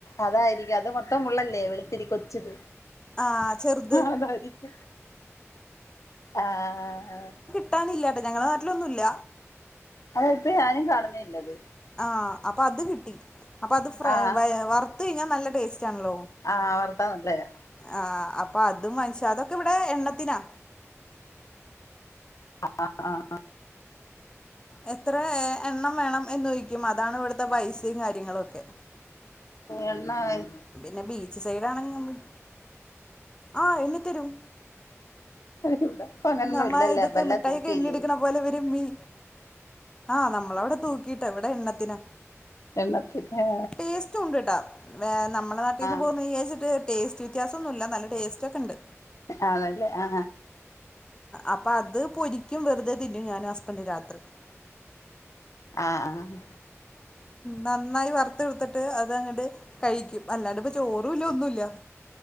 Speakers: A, on the left; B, on the left.
A: അതായിരിക്കും അത് മൊത്തം മു ള്ളല്ലേ വെളുത്തിരിക്ക കൊച്ചത്ആ
B: ആഹ് ചെറുത്
A: ഹ അതായിരിക്കും ആഹ
B: കിട്ടാനില്ലട്ടോ ഞ ങ്ങള നാട്ടിലൊന്നുമല്ല
A: അതാ ഇപ്പൊ ഞാനും കാണുന്നേല്ലത്
B: ആ അപ്പൊ അത് കിട്ടി അപ്പ അത് ഫ്ര
A: ആഹ്
B: വറുത്ത കഴിഞ്ഞാൽ നല്ല ടേസ്റ്റ് ആണല്ലോ
A: ആഹ് വറുത്താ നല്ലയാ
B: ആ അപ്പൊ അതും വാങ്ങിച് അതൊക്കെ ഇവിടെ എണ്ണത്തിനാ
A: ആ ആഹ
B: എത്ര എണ്ണം വേണം എന്ന്ചോ ദിക്കും അതാണ് ഇവിടുത്തെ പൈസയും കാര്യങ്ങളൊക്കെ
A: എണ്ണയ്
B: പിന്നെ ബീച്ച് സൈഡ ആണെങ്കമ്മില് ആഹ എണി തരും
A: ഇവിടെ ഇപ്പ അങ്ങനൊന്നും
B: നമ്മ
A: ഇല്ലല്ലേ
B: ഇതൊക്കെ
A: ഇപ്പ എല്ലാം
B: മിഠായിൊക്കെ
A: തൂക്കിയില്ലേ
B: എണ്ണി എടുക്കണ പോലെ ഇ വരും മീൻ ആഹ നമ്മളവിടെ തൂക്കിട്ട് ഇ വിടെ എണ്ണത്തിന്
A: എണത്തിന് ഹേ
B: ടെസ്റ്റുംണ്ട് ട്ടോ നമ്മ നാട്ടിൽന്ന് പോ
A: ആഹ്
B: ടേസ്റ്റ് വ്യത്യാസ ഒന്നുമല്ല നല്ല ടേസ്റ്റ് ഒക്കെ ഉണ്ട്
A: ആണ ല്ലെ ആ
B: അപ്പം അത് പൊ രിക്കും വെറുതെ തിന്നു ഞാനൻ ഹസ്ബൻഡ് രാത്രി
A: ആഹ ആഹ്
B: നന്നായി വറുത്തെടുത്തിട്ട് അത്ങ്ങട്ട് കഴിക്കും അല്ലാണ്ട് ഇപ്പ ചോറും ല്ല ഒന്നുമല്ല